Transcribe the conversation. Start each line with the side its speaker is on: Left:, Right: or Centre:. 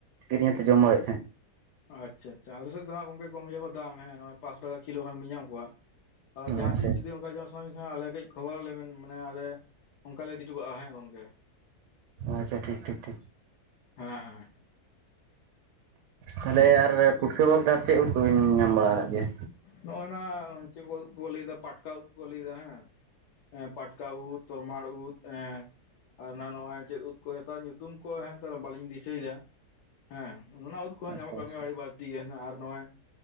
Right: ᱠᱤᱨᱤᱧ ᱟᱛᱮᱜ ᱡᱚᱢ ᱵᱟᱲᱟᱭᱮᱜ ᱛᱟᱦᱮᱸᱫ᱾
Left: ᱟᱪᱪᱷᱟ ᱟᱪᱷᱟ ᱟᱞᱮ ᱥᱮᱫ ᱫᱚ ᱦᱟᱸᱜ ᱜᱚᱝᱠᱮ ᱠᱚᱢ ᱜᱮᱭᱟ ᱠᱚ ᱫᱟᱢ ᱦᱮᱸ ᱱᱚᱜᱼᱚᱭ᱾ ᱯᱟᱸᱥ ᱴᱟᱠᱟ ᱠᱤᱞᱳ ᱜᱟᱱ ᱵᱤᱱ ᱧᱟᱢ ᱠᱚᱣᱟ ᱟᱫᱚ ᱡᱟᱦᱟᱸ
Right: ᱟᱪᱪᱷᱟ
Left: ᱛᱤᱥ ᱡᱩᱫᱤ ᱚᱝᱠᱟ ᱡᱚᱢᱼᱼ ᱥᱟᱱᱟ ᱵᱮᱱ ᱠᱷᱟᱱ ᱟᱞᱮ ᱠᱟᱹᱡ ᱠᱷᱚᱵᱚᱨ ᱟᱞᱮ ᱵᱮᱱ ᱢᱟᱱᱮ ᱟᱞᱮᱼᱼ ᱚᱝᱠᱟ ᱞᱮ ᱤᱫᱤᱴᱚ ᱠᱟᱜᱼᱟ ᱦᱮᱸ ᱜᱚᱝᱠᱮ
Right: ᱟᱪᱪᱷᱟ ᱴᱷᱤᱠ ᱴᱷᱤᱠ ᱴᱷᱤᱠ
Left: ᱦᱮᱸ ᱦᱮᱸ᱾
Right: ᱛᱟᱦᱚᱞᱮ ᱟᱨ ᱯᱷᱩᱴᱠᱟᱹ ᱵᱟᱯᱫᱷᱟᱨ ᱪᱮᱫ ᱩᱫ ᱠᱚᱵᱤᱱ ᱧᱟᱢ ᱵᱟᱲᱟ ᱟᱠᱟᱫ ᱜᱮᱭᱟ?
Left: ᱱᱚᱜᱼᱭ ᱱᱟ ᱪᱮᱫ ᱠᱚ ᱩᱫ ᱠᱚ ᱞᱟᱹᱭᱫᱟ ᱯᱟᱴᱠᱟ ᱩᱫ ᱠᱚᱠᱚ ᱞᱟᱹᱭᱮᱫᱟ ᱦᱮᱸ᱾ ᱦᱮᱸ ᱯᱟᱴᱠᱟ ᱩᱫ ᱛᱚᱨᱢᱟᱲ ᱩᱫ ᱮᱸᱼᱼᱼ ᱟᱨ ᱱᱟ ᱱᱚᱜ-ᱚᱭ ᱪᱮᱫ ᱩᱫ ᱠᱚ ᱢᱮᱛᱟᱜ ᱱᱮᱛᱟᱨ ᱧᱩᱛᱩᱢ ᱠᱚ ᱦᱮᱸ ᱱᱮᱛᱟᱨ ᱫᱚ ᱵᱟᱞᱤᱧ ᱫᱤᱥᱟᱹᱭᱮᱫᱟ᱾ ᱦᱮᱸ ᱚᱱᱟ ᱩᱫ ᱠᱚᱦᱚᱸ
Right: ᱟᱪᱪᱷᱟ
Left: ᱧᱟᱢᱚᱜ ᱠᱟᱱ
Right: ᱟᱪᱪᱷᱟ
Left: ᱜᱮᱭᱟ ᱟᱹᱰᱤ ᱵᱟᱹᱲᱛᱤ ᱜᱮ ᱟᱨ ᱱᱚᱜᱼᱚᱭ